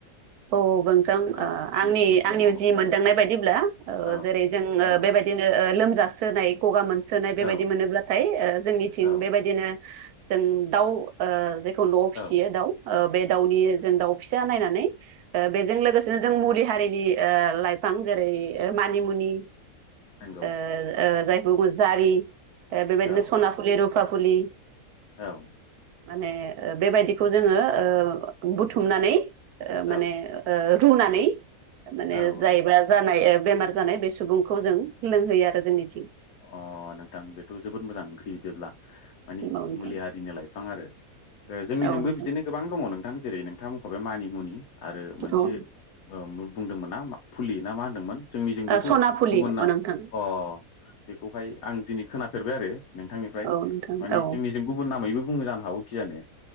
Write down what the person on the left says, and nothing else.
औ
नोंसिनि ओनसोलाव
मा माखौ
जायो?
औ
औ
औ
औ
औ
नंगौ
औ
औ
औ
औ
औ
अह नोंथां बेथ' जोबोद मोजां ओंख्रि बिदिब्ला मानि
मुलि हारिनि लाइफां आरो जोंनिजोंबो
बिदिनो गोबां दङ नोंथां जेरै नोंथांआ बुंखाबाय मानि मुनि आरो मोनसे
ओ बुंदोंमोन ना फुलि ना मा होनदोंमोन जोंनि जों बेखौ
गुबुन नाम
अह बेखौहाय आं दिनै खोनाफेरबाय आरो नोंथांनिफ्राय
मानि
जोंनिजों गुबुन नामैबो बुङो जानो हागौ खिजाने